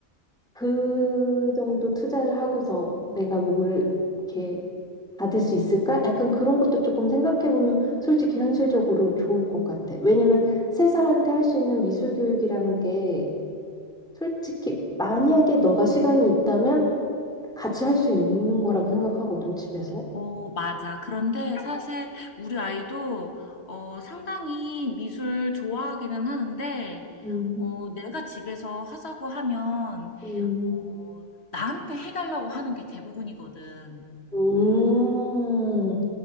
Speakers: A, in the centre; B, on the left.
A: 그 정도 투자를 하고서 내가 뭐를 이렇게 받을 수 있을까? 약간 그런 것도 조금 생각해보면 솔직히 현실적으로 좋을 것 같아. 왜냐면 세 살한테 할 수 있는 미술 교육이라는 게 솔직히 만약에 너가 시간이 있다면 같이 할 수 있는 거라고 생각하거든, 집에서.
B: 어, 맞아. 그런데 사실 우리 아이도 어, 상당히 미술 좋아하기는 하는데,
A: 음,
B: 어, 내가 집에서 하자고 하면,
A: 음,
B: 어, 나한테 해달라고 하는 게 대부분이거든.
A: 음,